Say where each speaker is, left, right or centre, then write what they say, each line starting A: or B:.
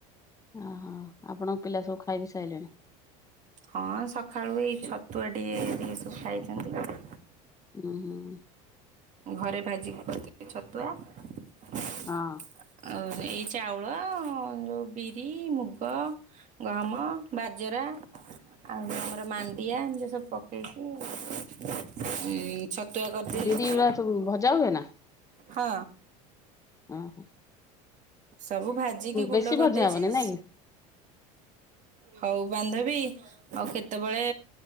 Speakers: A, on the left (about 20°); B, on the right (about 45°).
A: ଓହୋ ଆପଣଙ୍କ ପିଲା ସବୁ ଖାଇ ପିଇ ସାରିଲେଣି?
B: ହଁ ସକାଳୁ ଏଇ ଛତୁଆ ଟିକେ ଟିକେ ସବୁ ଖାଇଛନ୍ତି।
A: ହୁଁ ହୁଁ।
B: ଘରେ ଭାଜିକିି କରିିଥିଲି ଛତୁଆ।
A: ହଁ।
B: ଆଉ ଏଇ ଚାଉଳ ଯୋଉ ବିରି, ମୁଗ ଗହମ, ବାଜରା ଆଉ ଆମର ମାଣ୍ଡିଆ ଏମତି ସବୁ ପକେଇକି ହୁଁ। ଛତୁଆ କରି ଦେଇଥିଲି।
A: ବିରି ଗୁରା ସବୁ ଭଜା ହୁଏ ନା?
B: ହଁ।
A: ହୁଁ ହୁଁ।
B: ସବୁ ଭାଜିିକି ଗୁଣ୍ଡ
A: ବେଶୀ
B: କରିଦେଇଚି।
A: ଭଜା ହବନି ନାଇଁ କି?
B: ହଉ ବାନ୍ଧବୀ ଆଉ କେତେବେଳେ